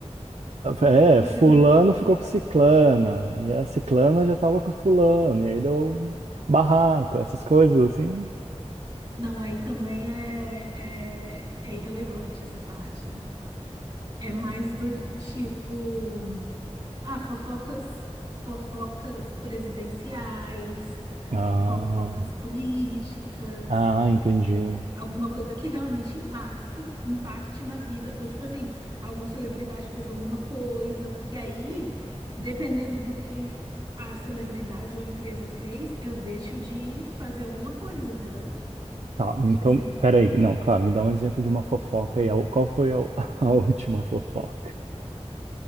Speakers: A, on the right; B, on the right.
A: É,
B: entendeu?
A: fulano ficou com ciclana, e a ciclana já tava com fulano, e aí deu barraco, essas coisas assim.
B: Não, aí também é, é, é irrelevante essa parte. É mais do tipo, ah, fofocas, fofocas presidenciais,
A: Ah,
B: fofocas políticas.
A: ah, entendi.
B: É, alguma coisa que realmente impacte, impacte na vida, ou tipo assim, alguma celebridade que fez alguma coisa, porque aí, dependendo do que a celebridade ou a empresa fez, eu deixo de fazer alguma coisa, entendeu?
A: Tá, então,
B: Tipo assim,
A: peraí, não, claro, me dá um exemplo de uma fofoca aí. A- Qual foi a, <laughs> a última fofoca?